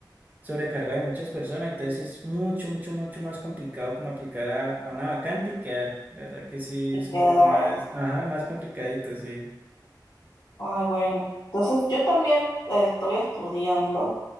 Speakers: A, on the right; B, on the left.
A: sobrecargado de muchas personas, entonces sí es mucho, mucho, mucho más complicado como aplicar a, a una vacante y quedar, la verdad que sí
B: y
A: es un
B: quedar,
A: poco más, ajá, más complicadito, sí,
B: ay, bueno, entonces yo también eh, estoy estudiando,